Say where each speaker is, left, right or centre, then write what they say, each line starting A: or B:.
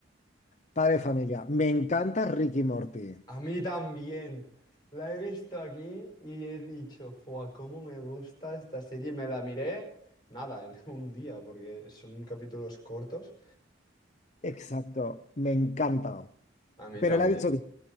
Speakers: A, on the left; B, on the left.
A: Padre de familia. Me encanta Ricky y Morty.
B: A mí también. La he visto aquí y he dicho, ¡fua! ¿Cómo me gusta esta serie? Me la miré, nada, en <laughs> un día, porque son capítulos cortos.
A: Exacto, me encanta.
B: A mí
A: Pero
B: también.
A: la ha dicho bien.